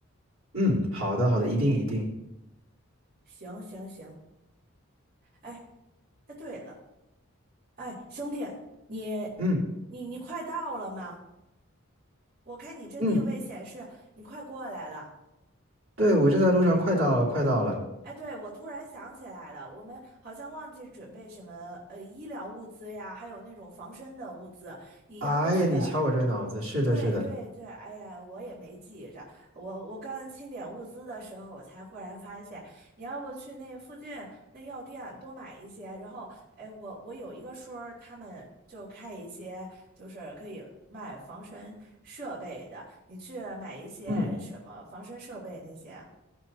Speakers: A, on the right; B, on the right.
A: 嗯，好的好的，一定一定。
B: 行行行，哎哎，对了，哎，兄弟，你
A: 嗯
B: 你你快到了吗？我看你这定位显示你快过来了。
A: 嗯，对，我正在路上，快到了快到了。
B: 哎，对，我突然想起来了，我们好像忘记准备什么呃医疗物资呀，还有那种防身的物资，你要不去？
A: 哎呀，你瞧我这脑子，是的，
B: 对对对，
A: 是的，
B: 哎呀，我也没记着，我我刚清点物资的时候，我才忽然发现，你要不去那附近那药店多买一些，然后哎，我我有一个叔儿他们就开一些就是可以卖防身设备的，你去买一些什么防身设备那些啊。
A: 嗯